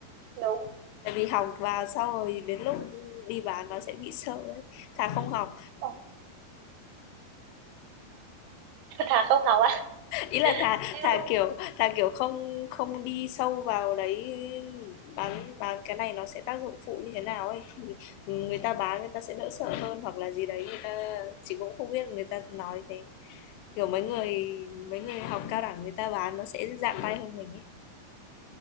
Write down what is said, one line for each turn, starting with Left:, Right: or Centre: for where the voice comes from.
Right: đúng
Left: tại vì học vào sau rồi đến lúc đi bán nó sẽ bị sợ ấy thà không học
Right: ừ. thà không học á
Left: ý là thà
Right: em
Left: thà kiểu thà kiểu không không đi sâu vào đấy bán bán cái này nó sẽ tác dụng phụ như thế nào ấy thì người ta bán người ta sẽ đỡ sợ hơn hoặc là gì đấy người ta chị cũng không biết người ta nói thế kiểu mấy người mấy người học cao đẳng người ta bán nó sẽ dạng tay hơn mình ấy